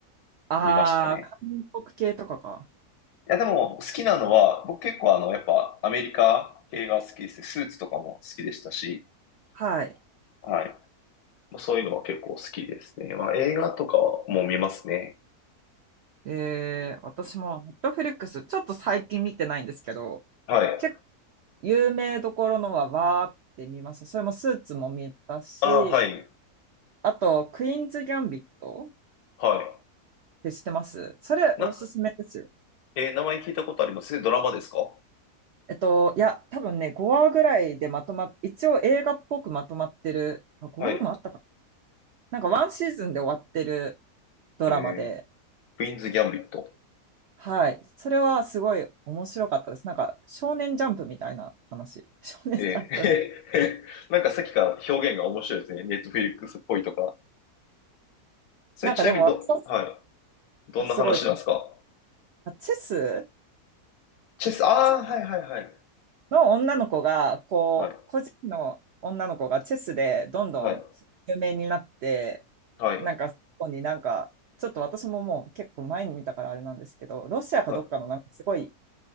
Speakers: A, on the right; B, on the left.
A: ああー、
B: 見ましたね。
A: 韓国系とかか。
B: いや、でも好きなのは、僕結構あの、やっぱアメリカ系が好きですね。スーツとかも好きでしたし、
A: はい。
B: はい。まあそういうのは結構好きですね。まあ映画とかはもう見ますね。
A: えー、私もネットフリックス、ちょっと最近見てないんですけど、
B: はい。
A: 結構有名どころのはわーって見ますそれもスーツも見たし、
B: ああ、はい。
A: あと、クイーンズ・ギャンビットっ
B: はい。
A: て知ってますそれおすすめですよ。
B: な、えー名前聞いたことありますドラマですか
A: えっと、いや、多分ね、5話ぐらいでまとまっ、一応映画っぽくまとまってる、あ、5話もあったかな。
B: はい。
A: なんかワンシーズンで終わってるドラマで、
B: えークイーンズ・ギャンビット。
A: はい。それはすごい面白かったです。なんか、少年ジャンプみたいな話。<laughs> 少年ジャンプ。
B: ええ。<laughs> なんかさっきから表現が面白いですね。ネットフリックスっぽいとか。それちなみにど、
A: なんかでも、私
B: はい。どんな話なんですか
A: はすごい。あチェス
B: チェス、ああ、
A: チェス
B: はいはいはい。
A: の女の子が、こう、
B: はい、
A: 個人の女の子がチェスでどんどん有名になって、
B: はい、はい、
A: なんか、そこになんか、ちょっと私ももう結構前に見たからあれなんですけど、ロシアかどっかのなんかすごい
B: はい、